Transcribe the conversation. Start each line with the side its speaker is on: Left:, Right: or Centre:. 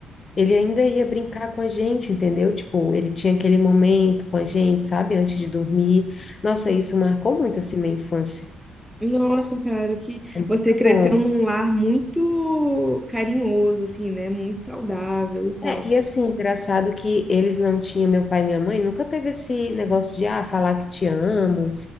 Left: ele ainda ia brincar com a gente, entendeu? Tipo, ele tinha aquele momento com a gente, sabe? Antes de dormir. Nossa, isso marcou muito assim minha infância.
Centre: Nossa, cara, que
Left: Muito
Centre: você cresceu
Left: bom.
Centre: num lar muito carinhoso, assim, né? Muito saudável e tal.
Left: É, e assim, engraçado que eles não tinham, meu pai e minha mãe, nunca teve esse negócio de, ah, falar que te amo